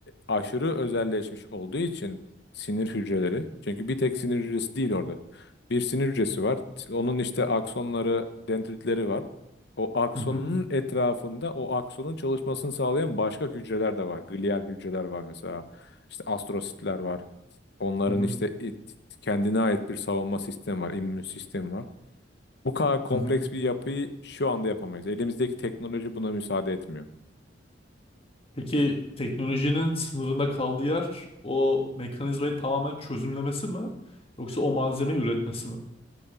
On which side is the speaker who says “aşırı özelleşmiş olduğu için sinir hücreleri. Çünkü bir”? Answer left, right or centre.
Left